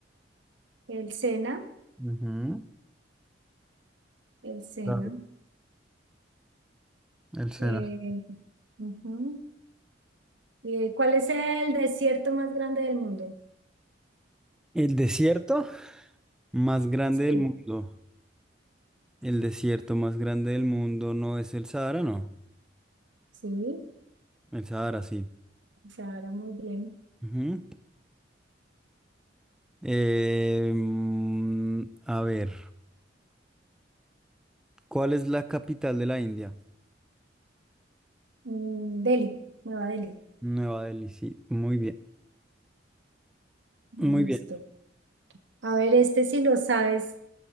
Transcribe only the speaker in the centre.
Ujú.
Claro, El Sena.
El desierto más grande
del mundo. El desierto más grande del mundo no es el Sahara, no.
El Sahara, sí.
Ujú. Eh, mm, a ver, ¿cuál es la capital de la India?
Nueva Delhi, sí, muy bien, muy
bien.